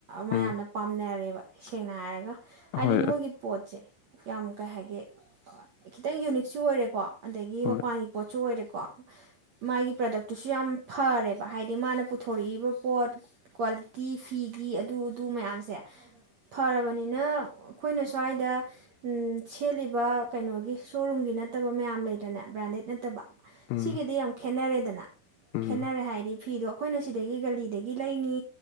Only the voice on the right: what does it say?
ꯃꯌꯥꯝꯅ
ꯄꯥꯝꯅꯔꯦꯕ ꯁꯦꯡꯅ ꯍꯥꯏꯔꯒ ꯍꯥꯏꯗꯤ
ꯃꯣꯏꯒꯤ ꯄꯣꯠꯁꯦ ꯌꯥꯝ ꯀꯩ ꯍꯥꯏꯒꯦ ꯈꯤꯇꯪ ꯌꯨꯅꯤꯛꯁꯨ ꯑꯣꯏꯔꯦꯀꯣ ꯑꯗꯒꯤ
ꯃꯄꯥꯟꯒꯤ ꯄꯣꯠꯁꯨ ꯑꯣꯏꯔꯦꯀꯣ ꯃꯥꯒꯤ ꯄ꯭ꯔꯗꯛꯇꯨꯁꯨ ꯌꯥꯝ ꯐꯔꯦꯕ ꯍꯥꯏꯗꯤ ꯃꯥꯅ ꯄꯨꯊꯣꯔꯛꯏꯕ ꯄꯣꯠ ꯀ꯭ꯋꯥꯂꯤꯇꯤ ꯐꯤꯒꯤ ꯑꯗꯨ ꯑꯗꯨ ꯃꯌꯥꯝꯁꯦ ꯐꯔꯕꯅꯤꯅ ꯑꯩꯈꯣꯏꯅ ꯁ꯭ꯋꯥꯏꯗ ꯁꯦꯠꯂꯤꯕ ꯀꯩꯅꯣꯒꯤ ꯁꯣꯔꯨꯝꯒꯤ ꯅꯠꯇꯕ ꯃꯌꯥꯝ ꯂꯩ ꯏꯟꯇꯔꯅꯦꯠ ꯕ꯭ꯔꯥꯟꯗꯦꯗ ꯅꯠꯇꯕ
ꯁꯤꯒꯤꯗꯤ ꯌꯥꯝ ꯈꯦꯠꯅꯔꯦ ꯗꯅ
ꯈꯦꯠꯅꯔꯦ ꯍꯥꯏꯗꯤ ꯐꯤꯗꯣ ꯑꯩꯈꯣꯏꯅ ꯁꯤꯗꯒꯤ ꯒꯂꯤꯗꯒꯤ ꯂꯩꯅꯤ